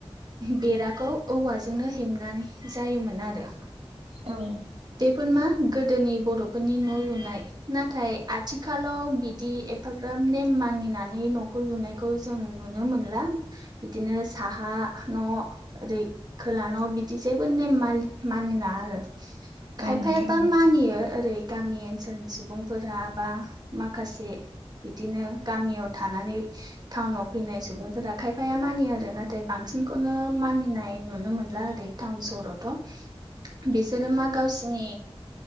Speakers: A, on the right (about 40°); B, on the right (about 65°).
A: बेराखौ औवाजोंनो हेबनानै जायोमोन आरो
B: औ
A: फोर मा गोदोनि बर'फोरनि न' लुनाय नाथाय आथिखालाव बिदि एफाग्राब नेम मानिनानै न'खौ लुनाय खौ जों नुनो मोनला बिदिनो साहा न' ओरै खोला न' बिदि जेबो नेम मालि मानिना आरो खायफायााबा
B: औ नोंथां
A: मानियो ओरै गामि ओनसोलनि सुबुंफोरा बा माखासे बिदिनो गामियाव थानानै टाउनाव फैनाय सुबुंफोरा खायफाया मानिया आरो नाथाय बांसिनखौनो मानिनाय नुनो मोनला आरो टाउन सहरावथ' बिसोरो मा गावसिनि